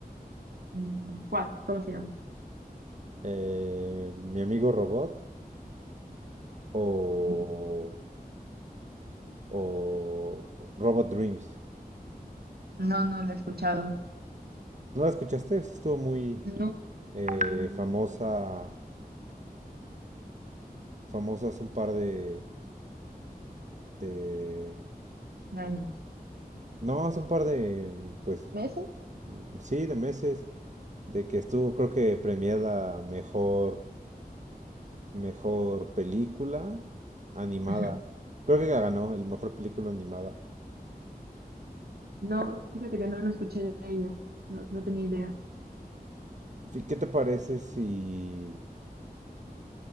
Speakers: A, on the right; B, on the right.
A: Mm, ¿Cuál? ¿Cómo se llama?
B: eh, Mi amigo Robot o,
A: Mm,
B: o Robot Dreams.
A: No, no lo he escuchado.
B: ¿No la escuchaste? Sí estuvo muy
A: No,
B: eh, famosa, famosa hace un par de, de...
A: de años.
B: No, hace un par de, pues,
A: ¿Meses?
B: mm, sí, de meses, de que estuvo, creo que premiada mejor, mejor película animada.
A: Ujú.
B: Creo que ganó el mejor película animada.
A: No, fíjate que no lo escuché de ella. No, no tenía idea.
B: Fi- ¿Qué te parece si,